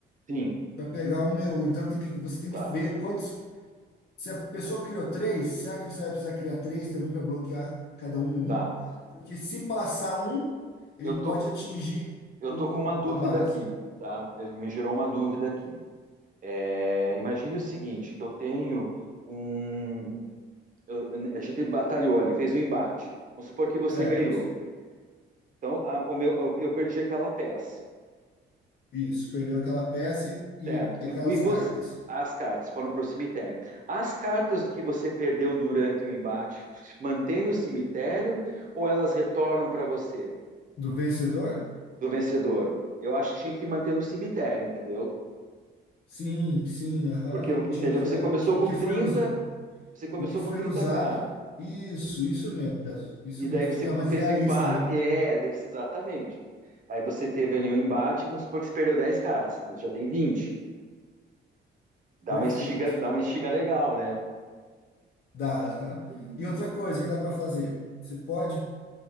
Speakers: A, on the right; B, on the left.
A: Sim.
B: para pegar o meu. Então tem que, você tem
A: Tá,
B: que ver quantos. Se a pessoa criou três, será que você vai precisar criar três também para bloquear cada um um?
A: tá.
B: Porque se passar um, ele
A: Eu
B: pode
A: tô,
B: atingir
A: eu
B: o,
A: tô com uma dúvida
B: a base.
A: aqui, tá? Me gerou uma dúvida aqui. É, imagine o seguinte, que eu tenho um... eu- a gente batalhou ali, fez um embate. Vamos supor que você
B: Certo.
A: ganhou. Então, a- o meu, eu, eu perdi aquela peça,
B: Isso, perdeu aquela peça e e
A: certo? E,
B: aquelas
A: vo- e você,
B: cartas.
A: as cartas foram para o cemitério. As cartas que você perdeu durante o embate, mantém no cemitério ou elas retornam para você,
B: Do vencedor?
A: do vencedor? Eu acho que tinha que manter no cemitério, entendeu?
B: Sim, sim, aham.
A: Porque, entendeu?
B: Tinha que,
A: Você
B: a-
A: começou
B: que- o
A: com
B: que foi
A: trinta
B: us-
A: você começou
B: o que foi
A: com trinta
B: usado?
A: k
B: Isso, isso mesmo. Isso
A: e
B: mesmo.
A: daí você
B: Fica mais
A: fez
B: realista,
A: o embate,
B: né?
A: é, deve ser exatamente. Aí você teve ali um embate, vamos supor que você perdeu 10 cartas, então você já tem vinte Dá
B: Perfeito.
A: uma estiga, dá uma estiga legal, né?
B: Dá, aham.
A: E,
B: E outra coisa que dá para fazer, você pode